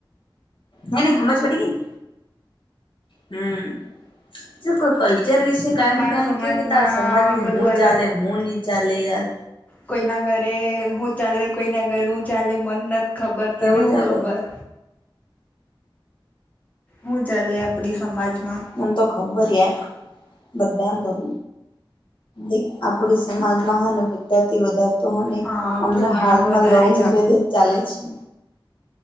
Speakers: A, on the left; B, on the left.
A: હે ને સમજ પડી ગઈ ને? હમ શું કોઈ કો? અત્યાર વિશે કાંને
B: મારા
A: કાઈ
B: સમાજમાં
A: કે ત સમજમાં
B: બધું
A: હું ચાલે હું હી ચાલે યાર
B: કોઈ ના ઘરે હું ચાલે કોઈ ના ઘરે હું ચાલે મન નથી ખબર તને
A: કેવું
B: હું
A: ચાલે
B: ખબર હું ચાલે આપડી સમાજમાં?
A: મને તો ખબર બધા ઘર એક આપડી સમાજ મહાન બ વધ તો હમણાં
B: હા તો ઘણા
A: હાલમાં
B: વધારે
A: લવ મેરેજ જ ચાલે છે.